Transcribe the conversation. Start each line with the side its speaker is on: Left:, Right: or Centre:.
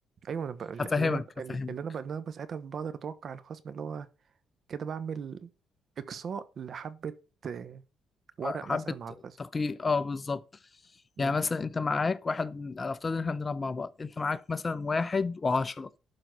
Right: ايوه انا ب... اللي
Left: هفهمك
Right: انا ب... اللي
Left: هفهمك
Right: انا ب... اللي انا ب- ساعتها بقدر اتوقع الخصم اللي هو كده بعمل اقصاء لحبة آه، ورق
Left: حبة
Right: مثلا مع الخصم
Left: تقي اه بالظبط
Right: مم.
Left: يعني مثلا انت معاك واحد على افترض ان احنا بنلعب مع بعض انت معاك مثلا واحد وعشرة